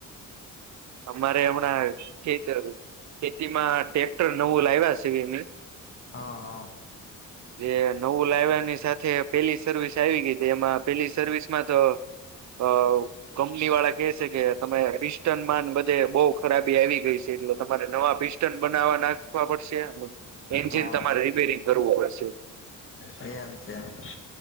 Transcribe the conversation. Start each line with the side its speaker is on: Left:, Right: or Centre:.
Right: અમારે હમણાં કેતરુ ખેતીમાં ટ્રેક્ટર નવું લાવ્યા છે, વીમી
Left: હા
Right: જે નવું લાવ્યાની સાથે પેલી સર્વિસ આવી ગઈ હતી એમાં પેલી સર્વિસ માં તો અ કંપની વાળા કે છે, કે તમે પિસ્ટન માં બધે બો ખરાબી આવી ગઈ છે, એટલે તમારે નવા પિસ્ટન બનાવવા નાખવા પડશે એન
Left: હા
Right: જીન તમારે રિપેરિંગ કરવું પડશે.
Left: એ એમ છે.